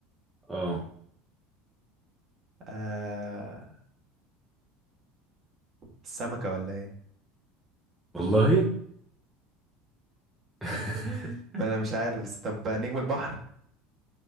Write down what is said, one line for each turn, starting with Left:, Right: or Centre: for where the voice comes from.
Centre: آه
Right: آه السمكه ولا ايه
Centre: والله <laughs>
Right: <laughs> ما انا مش عارف بس طب نجم البحر